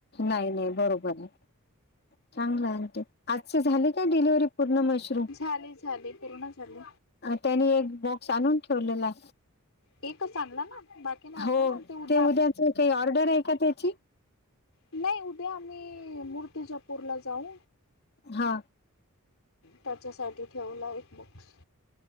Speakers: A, on the left; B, on the left.
A: नाही नाही बरोबर आहे चांगलंय आजची झाले का डिलव्हरी? पूर्ण मशरूम
B: झाली झाली पूर्ण झाली
A: त्यानी एक बॉक्स आणून ठेवलेला.
B: एकच आणला ना बाकी नाय आणलं
A: हो
B: ना ते उद्या
A: उद्याच
B: आप
A: काही ऑर्डर आहे का त्याची?
B: नाही उद्या आम्ही, मूर्तिजापूरला जाऊ.
A: हां.
B: त्याच्यासाठी ठेवला एक बोक्स.